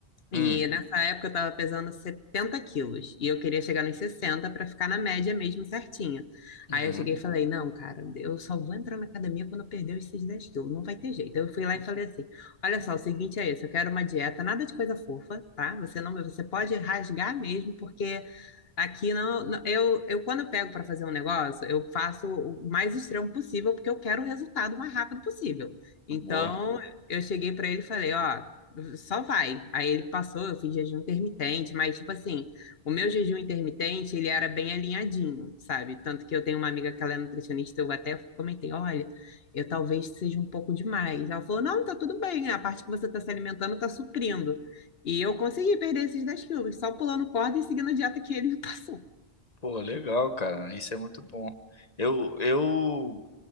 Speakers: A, on the left (about 40°); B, on the left (about 65°).
A: Hum,
B: e nessa época eu tava pesando 70 quilos e eu queria chegar nos 60 para ficar na média mesmo certinha.
A: uhum,
B: Aí eu cheguei e falei, não, cara, eu só vou entrar na academia quando eu perder esses 10 quilos, não vai ter jeito. Eu fui lá e falei assim, olha só, o seguinte é esse, eu quero uma dieta, nada de coisa fofa, tá? Você não, você pode rasgar mesmo, porque Aqui não, não- eu, eu quando eu pego para fazer um negócio, eu faço o mais extremo possível, porque eu quero o resultado o mais rápido possível. Então,
A: boa.
B: eu cheguei para ele e falei, ó, só vai. Aí ele passou, eu fiz jejum intermitente, mas tipo assim, o meu jejum intermitente, ele era bem alinhadinho, sabe? Tanto que eu tenho uma amiga que ela é nutricionista, eu até comentei, olha, eu talvez seja um pouco demais. Ela falou, não, tá tudo bem, a parte que você tá se alimentando tá suprindo. E eu consegui perder esses 10 quilos, só pulando corda e seguindo a dieta que ele me passou.
A: Pô, legal, cara. Isso é muito bom. Eu, eu,